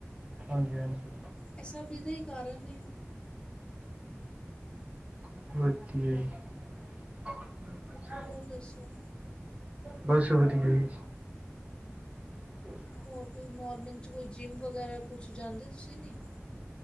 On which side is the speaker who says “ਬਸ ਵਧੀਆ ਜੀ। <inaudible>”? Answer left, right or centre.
Right